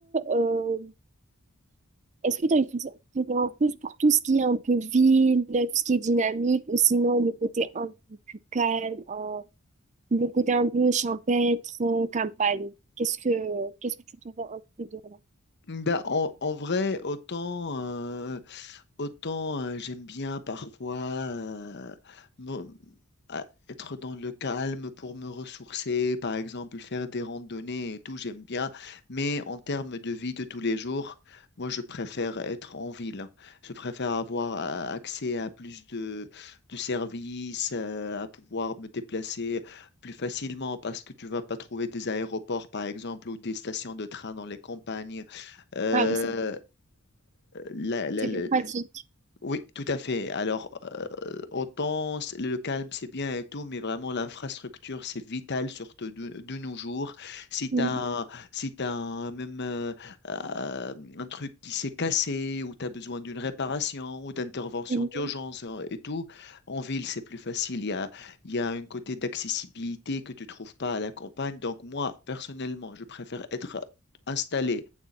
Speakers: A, on the right; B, on the left.
A: euh, est-ce que tu as une préfé- préférence plus pour tout ce qui est un peu ville, tout ce qui est dynamique, ou sinon le côté un peu plus calme, euh, le côté un peu champêtre, euh, campagne? Qu'est-ce que qu'est-ce que tu préfères un peu de là?
B: Bah, en, en vrai, autant euh, Autant euh, j'aime bien parfois euh, me- à- être dans le calme pour me ressourcer, par exemple faire des randonnées et tout, j'aime bien. Mais en termes de vie de tous les jours, moi je préfère être en ville. Je préfère avoir euh, accès à plus de, de services, euh, à pouvoir me déplacer plus facilement parce que tu vas pas trouver des aéroports, par exemple, ou des stations de train dans les campagnes. Euh,
A: Ah oui, c'est bon.
B: la- la-
A: C'est
B: la-
A: plus pratique.
B: oui, tout à fait. Alors, euh, autant c- le calme, c'est bien et tout, mais vraiment l'infrastructure, c'est vital, surtout de, de nos jours. Si tu
A: Mhm.
B: as, si t'as un- même euh, euh, un truc qui s'est cassé ou tu as besoin d'une réparation ou d'intervention
A: Mhm.
B: d'urgence euh, et tout, en ville, c'est plus facile. Il y a, il y a un côté d'accessibilité que tu trouves pas à la campagne. Donc, moi, personnellement, je préfère être installé